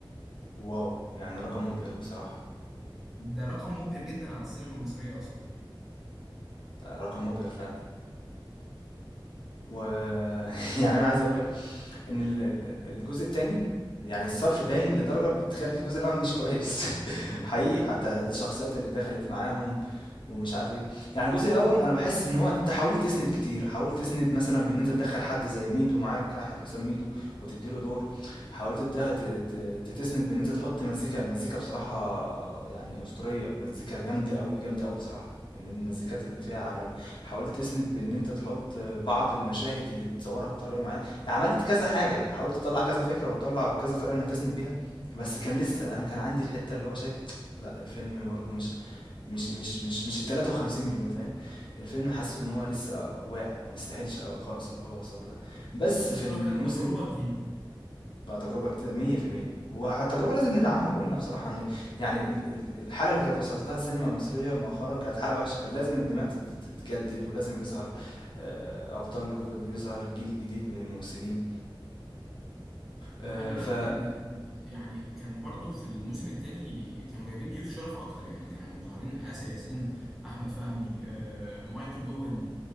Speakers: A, on the left; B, in the centre.
A: واو يعني رقم مبهر بصراحة
B: ده رقم مبهر جدا على السينما المصرية اصلا
A: رقم مبهر فعلا و <laughs> يعني انا عايز اقول ان ال- ال- الجزء التاني يعني الصرف باين لدرجة بتخلي الجزء الاول مش كويس <laughs> حقيقي حتى الشخصيات اللي دخلت معاهم ومش عارف ايه يعني الجزء الاول انا بحس ان هو انت حاولت تسند كتير حاولت تسند مثلا بان انت تدخل حد زي ميدو معاك احمد حسام ميدو وتديله دور حاولت تده- ت- ت- تتسند بان انت تحط مزيكا مزيكا بصراحة يعني اسطورية مزيكا جامدة قوي جامدة قوي بصراحة من المزيكات اللي فيها علامة حاولت تسند بان انت تحط بعض المشاهد اللي بتصورها بطريقة معينة عملت كذا حاجة حاولت تطلع كذا فكرة وتطلع كذا طريقة انك تسند بيها بس كان لسه انا كان عندي الحتة اللي هو شايف لا الفيلم برضه مش مش مش مش مش ال 53 مليون فاهم الفيلم حاسه ان هو لسه واقع ما يستاهلش أوي خالص اللي هو وصله ده بس
B: بس
A: في الموسم
B: هو كان تجربة جديدة
A: بقى تجربة جديدة 100% والتجربة لازم ندعمها كلنا بصراحة ان يعني ال- ال- الحالة اللي كانت وصلت لها السينما المصرية مؤخرا كانت حالة وحشة كان لازم الدماء تت- تتجدد ولازم يظهر آه، أبطال جدد ويظهر الجيل الجديد من الممثلين آه،
B: وخلي بالك
A: ف
B: ان يعني كان برضو في الموسم التاني كانوا جايبين ضيوف شرف اكتر يعني كانوا مظهرين آسر ياسين احمد فهمي آه، مايكل اوين